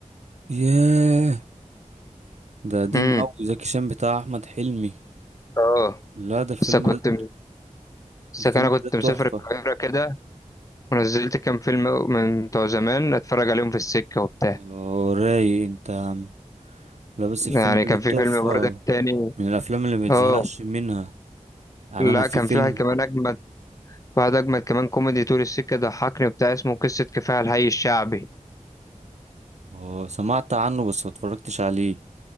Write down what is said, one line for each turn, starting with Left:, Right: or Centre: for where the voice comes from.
Right: ياه ده قديم
Left: امم
Right: أوي زكي شان بتاع أحمد حلمي
Left: اه
Right: لا ده الفيلم
Left: بس كنت
Right: ده
Left: بس
Right: الفيلم
Left: أنا كنت
Right: ده
Left: مسافر
Right: تحفة
Left: القاهرة كده ونزلت كام فيلم من بتوع زمان أتفرج عليهم في السكة وبتاع
Right: آه، رايق انت يا عم لا بس الفيلم
Left: يعني
Right: ده
Left: كان في فيلم
Right: تحفة
Left: برضه تاني
Right: من الافلام اللي متزهقش
Left: اه
Right: منها يعني
Left: لا
Right: انا في
Left: كان
Right: فيلم
Left: في واحد كمان أجمد بعد أجمل كمان كوميدي طول السكة ضحكني بتاع اسمه قصة كفاح الحي الشعبي
Right: آه، سمعت عنه بس ما اتفرجتش عليه